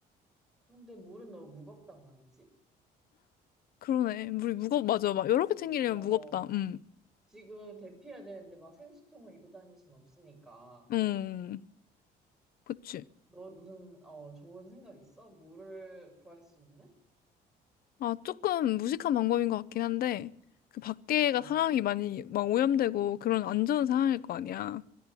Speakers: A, in the centre; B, on the left (about 60°).
A: 그런데 물은 너무 무겁단 말이지?
B: 그러네. 물이 무겁, 맞아. 막
A: 그치,
B: 여러 개 챙기려면
A: 어,
B: 무겁다. 음.
A: 지금 대피해야 되는데 막 생수통을 이고 다닐 순 없으니까.
B: 음. 그치.
A: 너 무슨, 어, 좋은 생각 있어? 물을 구할 수 있는?
B: 아, 조금 무식한 방법인 것 같긴 한데, 그 밖에가
A: 어,
B: 상황이 많이 막 오염되고 그런 안 좋은 상황일 거 아니야.